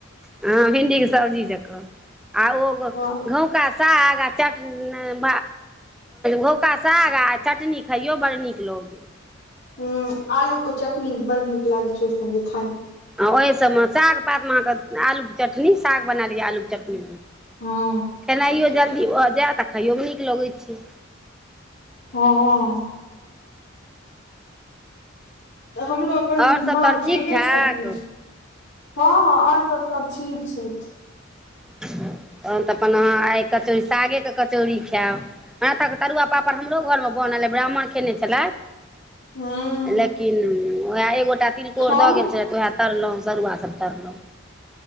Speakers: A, in the centre; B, on the left.
A: ह भिडी के सब्जी जक आ ओ
B: हँ
A: गका साग आ चटनी भका साग आ चटनी खइयो बड़ नीक लोग।
B: हू आलू के चटनी बड़ नीक लागे छै ओहि संगगे खाय मे
A: ओहि सभमे साग पातमे अहाँकेँ आलूके चटनी साग बना लिअ आलूके चटनी
B: हँ
A: खेनाइयो जल्दी भऽ जाय तऽ खायोमे नीक लगैत छै।
B: हा तऽ हमरो अपन
A: आओर सभ
B: माँ
A: तहन
B: उहे
A: ठीक ठाक
B: छथिन। हँ हँ आओर सभ सभ ठीक छथि
A: तहन तऽ अपन अहाँ आइ कचौड़ सागेके कचौड़ी खायब। मराथाके तरुआ पापड़ हमरो घरमे बनल अइ ब्राह्मण कयने छलथि।
B: ह
A: लेकिन उएह ए गोटा तिलकोर
B: हम
A: दऽ गेल छलथि तऽ उएह तरलहुँ सरुआ सभ तरलहुँ